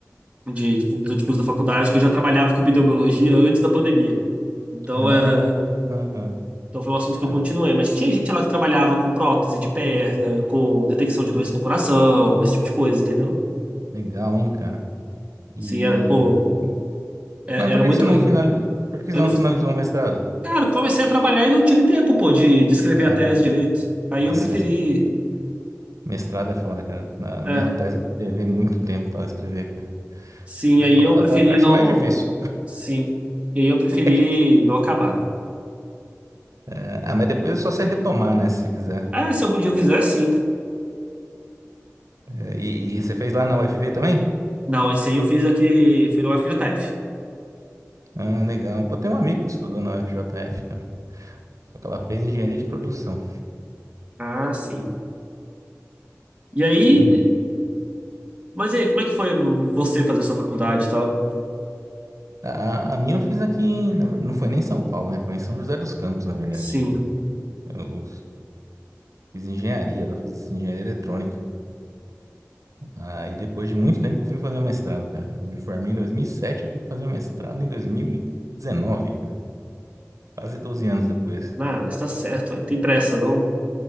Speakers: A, on the right; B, on the right.
A: de, de conclusão de curso da faculdade, que eu já trabalhava com epidemiologia antes da pandemia. Então,
B: ah,
A: era, então foi um assunto
B: cara,
A: que eu continuei, mas tinha gente lá que trabalhava com prótese de perna, com detecção de doença no coração, esse tipo de coisa, entendeu?
B: legal, hein, cara? E...
A: Sim, era, pô, é-
B: Mas por
A: era
B: que
A: muito
B: que você não
A: legal.
B: finali... por que que
A: Eu
B: você
A: não...
B: não finalizou o mestrado?
A: Cara, comecei a trabalhar e não tive tempo, pô, de, de escrever
B: Ah,
A: a tese direito. Aí
B: nossa,
A: eu preferi.
B: mes- mestrado é foda, cara. Na
A: É,
B: minha tese eu levei muito tempo para escrever, cara.
A: sim, aí
B: Foi
A: eu preferi
B: foi a parte
A: não.
B: mais difícil.
A: Sim. E aí eu preferi
B: É que...
A: não acabar, né?
B: é, Ah, mas depois é só você retomar, né, se você quiser.
A: Ah, se algum dia eu quiser, sim.
B: É, E, e você fez lá na UFV também?
A: Não, esse aí eu fiz aqui. Foi no FJF.
B: Ah, legal. Pô, tem uma amiga que estudou na UFJF, cara. Só que ela fez engenharia de produção.
A: Ah, sim. E aí.
B: Entendi.
A: Mas e aí, como é que foi você fazer sua faculdade e tal?
B: A, a a minha eu fiz aqui, em- na ver- não foi nem em São Paulo, né? Foi em São José dos Campos, na verdade.
A: Sim.
B: Eu fiz engenharia, ela fez engenharia eletrônica. Aí depois de muito tempo que eu fui fazer o mestrado, cara. Eu me formei em dois mil e sete eu fui fazer o mestrado em 2019, cara. Quase 12 anos depois.
A: Ah, mas tá certo, aí tem pressa, não?